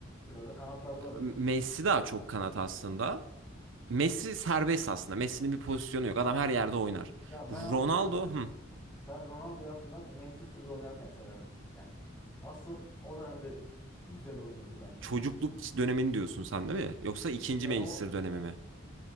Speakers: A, on the left; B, on the right.
A: Biraz da kanatlarda oynuyor.
B: M- Messi daha çok kanat aslında. Messi serbest aslında. Messi'nin bir pozisyonu yok. Adam her yerde oynar.
A: Ya
B: Ronaldo,
A: ben aslında
B: hı,
A: Ben Ronaldo'yu aslında Manchester'da oynarken severdim. Yani asıl o dönemde güzel oynuyordu bence.
B: çocukluk dönemini diyorsun sen değil mi? Yoksa ikinci
A: Yani
B: Manchester
A: o
B: dönemi mi?